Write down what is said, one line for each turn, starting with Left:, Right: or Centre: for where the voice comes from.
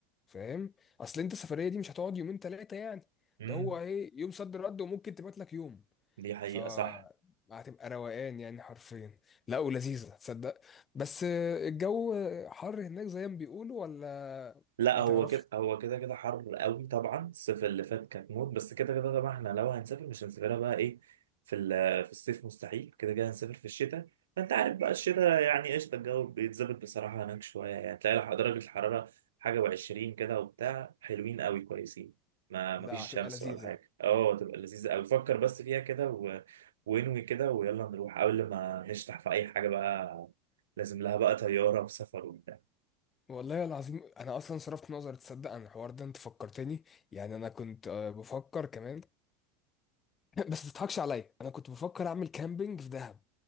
Left: فاهم اصل انت السفريه دي مش هتقعد يومين ثلاثه يعني
Right: امم
Left: ده هو ايه يوم صد رد وممكن تبات لك يوم
Right: دي حقيقة
Left: ف
Right: صح
Left: هتبقى روقان يعني حرفيا لا ولذيذه تصدق بس الجو حر هناك زي ما بيقولوا ولا
Right: لا
Left: ما
Right: هو
Left: تعرفش
Right: كده هو كده كده حر قوي طبعا الصيف اللي فات كانت موت بس كده كده طبعا احنا لو هنسافر مش هنسافرها بقى ايه في ال- في الصيف مستحيل كده كده هنسافر في الشتاء فانت عارف بقى الشتاء يعني قشطه الجو بيتظبط بصراحه هناك شويه يعني تلاقي درجه الحراره حاجه وعشرين كده وبتاع حلوين قوي كويسين ما
Left: لا
Right: ما فيش
Left: هتبقى
Right: شمس
Left: لذيذه
Right: ولا حاجه اه تبقى لذيذه قوي فكر بس فيها كده و... وانوي كده ويلا نروح قبل ما نشتح في اي حاجه بقى لازم لها بقى طياره وسفر وبتاع
Left: والله العظيم انا اصلا صرفت نظر تصدق عن الحوار ده انت فكرتني يعني انا كنت آه، بفكر كمان <laughs> بس ما تضحكش عليا انا كنت بفكر اعمل كامبينج في دهب